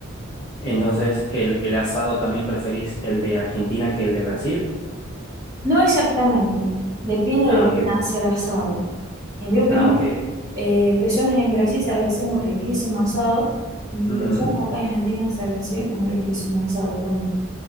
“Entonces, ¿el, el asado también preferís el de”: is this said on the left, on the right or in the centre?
Left